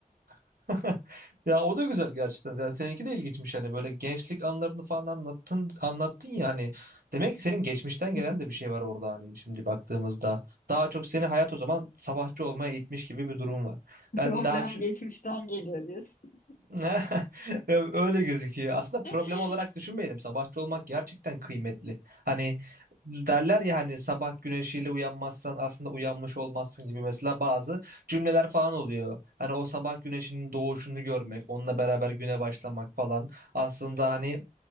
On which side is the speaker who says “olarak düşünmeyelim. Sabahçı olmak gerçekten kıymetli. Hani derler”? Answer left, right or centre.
Right